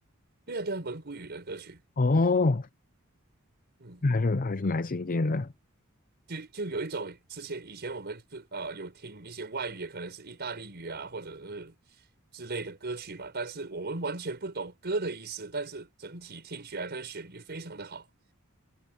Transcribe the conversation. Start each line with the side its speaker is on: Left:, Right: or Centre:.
Right: 对啊，对啊，蒙古语的歌曲，
Left: 哦，
Right: 嗯，
Left: 那还是还是蛮新鲜的。
Right: 就就有一种之前以前我们不呃有听一些外语，可能是意大利语啊，或者是之类的歌曲吧，但是我们完全不懂歌的意思，但是整体听起来它的旋律非常的好。